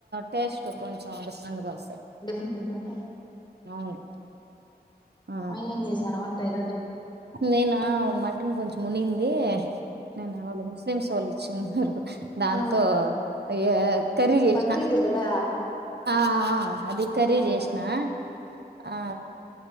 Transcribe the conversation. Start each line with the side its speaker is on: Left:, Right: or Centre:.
Right: టేస్ట్ కొంచం డిఫరెంట్గ వస్
Left: డిఫరెంట్గ అంటే
Right: అవును ఆ
Left: ఆయన ఏం చేశారు వంట ఇ
Right: నేనా మ అను కొంచెంమునింది నిన్న వాళ్ళు ముస్లింసొల్లు ఇచ్ సరిపో దాంతో
Left: ఆ
Right: ఏ కర్రి చేసిన
Left: బక్రీద్ కదా
Right: ఆ అది కర్రీ
Left: అవునా
Right: చేసిన ఆ